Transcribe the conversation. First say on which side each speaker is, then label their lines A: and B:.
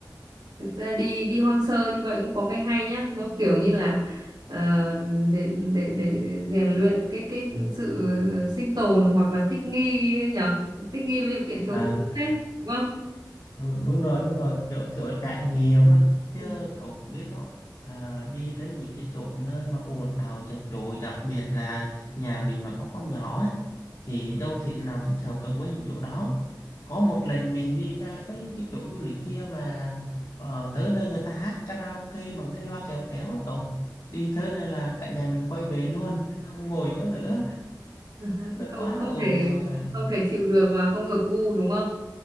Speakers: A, on the right; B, on the left.
A: thực ra đi đi hoang sơ như vậy cũng có cái hay nhá nó kiểu như là ờ, để để để rèn luyện cái cái sự ờ, sinh tồn hoặc là thích nghi nhở thích nghi với điều kiện thiếu
B: Ờ,
A: thốn đấy đúng không
B: đúng, đúng rồi đúng rồi kiểu kiểu trải nghiệm á chứ
A: Ừ.
B: cậu cũng biết đó à, đi tới những cái chỗ nơi mà ồn ào chật chội đặc biệt là nhà mình mà có con nhỏ á thì đâu thể nào thích hợp được với những chỗ đó có một lần mình đi ra cái cái chỗ du lịch kia mà ờ, tới nơi người ta hát karaoke bằng cái loa kéo kéo á cậu đi tới nơi là cả nhà mình quay về luôn không ngồi nữa nữa
A: <laughs>
B: nó
A: không
B: quá
A: không
B: là ồn
A: thể
B: ào rồi
A: không thể chịu được và không hợp gu đúng không